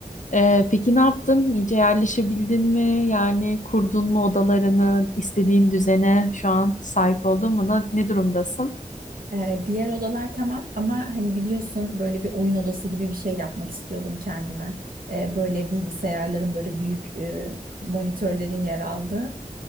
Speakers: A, on the left; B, on the right.
A: Ee, peki ne yaptın? İyice yerleşebildin mi? Yani kurdun mu odalarını, istediğin düzene şu an sahip oldun mu? Na- Ne durumdasın?
B: Ee, diğer odalar tamam ama hani biliyorsun böyle bir oyun odası gibi bir şey yapmak istiyordum kendime. Ee, böyle bilgisayarların böyle büyük e, monitörlerin yer aldığı.